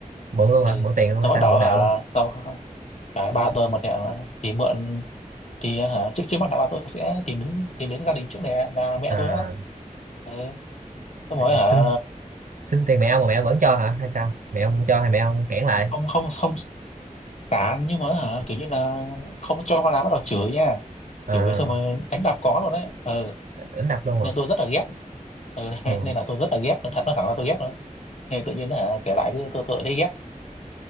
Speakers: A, on the right; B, on the left.
A: Mượn luôn
B: ừ
A: hả? Mượn tiền luôn
B: tôi
A: hay
B: bắt
A: sao?
B: đầu
A: Mượn
B: hả
A: nợ luôn.
B: xong rồi ba tôi một thì, thì mượn thì ờ, hả trước trước mắt đã bảo tôi sẽ tìm đến tìm đến gia đình trước này à, là mẹ
A: À,
B: tôi đó ừ. xong rồi hả
A: xin xin tiền mẹ ông mà mẹ ông vẫn cho hả? Hay sao? Mẹ ông không cho hay mẹ ông cản lại?
B: không không không tán nhưng mà hả kiểu như là không cho con làm bắt đầu chửi nha
A: À,
B: chửi xong rồi đánh đập có luôn đấy ừ.
A: đánh đập luôn à?
B: nên tôi rất là ghét ừ.
A: Ừ.
B: <laughs> nên là tôi rất là ghét nó thẳng nó thẳng là tôi ghét luôn thì tự nhiên hả kể lại cái tôi tôi lại thấy ghét